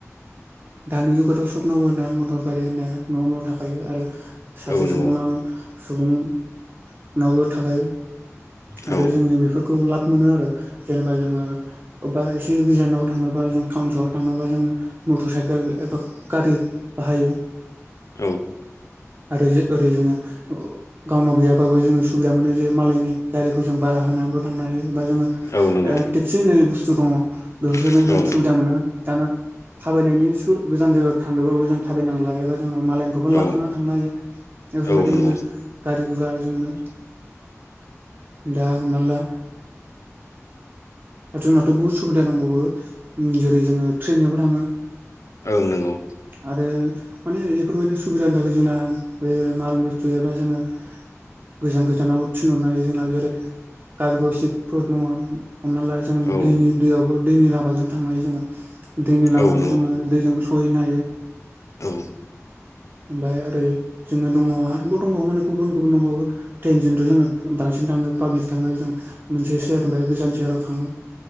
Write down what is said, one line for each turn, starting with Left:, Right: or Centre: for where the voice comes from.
Right: दानि जुगाथ' सपनावबो दा मटर गारि होननाया न' न' थाखायो आरो सासे
Left: औ नंगौ
Right: सुबुंनावनो सुबुंनावबो थाखायो आरो
Left: औ
Right: जोङो बेफोरखौ लाब मोनो आरो जेनेबा जोङो अबबा एसे गोजानाव थांनोबा जों टाउन सहर थांनोबा जोङो मटर साइकेल एबा गारि बाहायो।
Left: औ
Right: आरो ओरै जोङो गावनाव गैयाबाबो जोङो सुबिदा मोनो जे मालायनि गारिखौ जों बारा होनाबो थांनो हायो बा जोङो
Left: औ नंगौ
Right: ओ टेक्सि होननाय बुस्थु दङ, बेफोरजोंनो
Left: औ
Right: जों सुबिदा मोनो। दाना थाबायनायनि स गोजान जायगायाव थांदोंबाबो जों थाबायनांला एबा मालायनिखौबो लाथ'नानै
Left: औ
Right: थांनो हायो। बेफोरबायदि
Left: औ नंगौ
Right: गा गुरा जोंनो दा हमना ला आर जोंनाथ' बनहुद सुबिदा दंबावो, जेरै जोङो ट्रेनजोंबो थाङो।
Left: ओं नंगौ।
Right: आरो माने बेफोरबायदि सुबिदानि थाखाय जोंना बे माल बुस्थु एबा जोङो गोजान गोजानाव थिनहरनो हायो जोंना जेरै गारग' सिबफोर दङ। हमना ला जों
Left: औ
Right: दैनि दैयावबो दैनि लामाजोंबो थांनो हायो जोङो। दैनि लामायावबो
Left: औ नंगौ
Right: जोङो दैजोंबो सहैनो हायो।
Left: औ।
Right: ओमफाय ओरै जोङो दङ आरोबाव दंबावो माने गुबुन गुबुन दंबावो ट्रेनजोंथ' जोङो बां सिन थाङो पाब्लिस थाङो जों मोनसे सेहेरनिफाय गोजान सेहेराव थाङो।